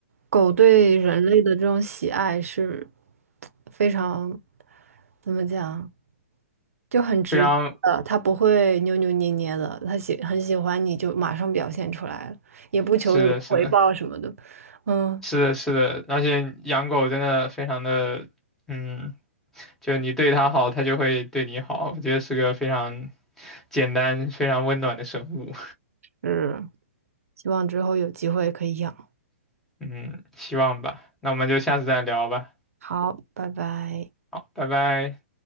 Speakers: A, on the right (about 85°); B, in the centre.
A: 狗对人类的这种喜爱是非常，怎么讲，就很直接的，
B: 非常
A: 它不会扭扭捏捏的，它喜很喜欢你就马上表现出来了，也不求什么回报什么的。
B: 是的，是的，
A: 嗯，
B: 是的，是的，而且养狗真的非常的，嗯，就你对它好，它就会对你好。我觉得是个非常简单、非常温暖的生物。
A: 是。希望之后有机会可以养。
B: <laughs> 嗯，希望吧。那我们就下次再聊吧。
A: 好，拜拜。
B: 好，拜拜。